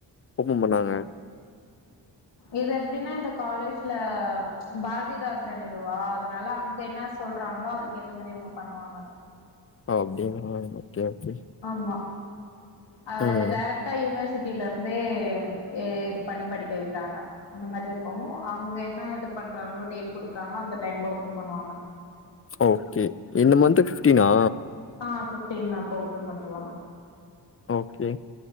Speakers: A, on the left; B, on the left.
A: ஓப்பன் பண்ணாங்க
B: இதெப்டினா இந்த காலேஜ்ல பாரதிதாசன் இதுவா அதனால அங்க என்ன சொல்றாங்களோ அதுக்கேத்த மாரி இவங்க பண்ணுவாங்க
A: ஓ அப்டினா ஓகே ஓகே
B: ஆமா அ
A: ம்
B: இது டேரக் டா யூனிவர்சிட்டியில இருந்தே ஏ இது பண்ணி படிக்க வைக்றாங்க அந்த மாரி இருக்கவு அவங்க என்ன இது பண்றாங்களோ டேட் குடுக்குறாங்களோ அந்த டைம்ல ஓபன் பண்ணுவாங்க
A: ஓகே இந்த மந்த்து ஃபிப்டீனா
B: ஆ ஃபிப்டீன்தா அப்ப ஓபன் பண்ணிருவாங்க
A: ஓகே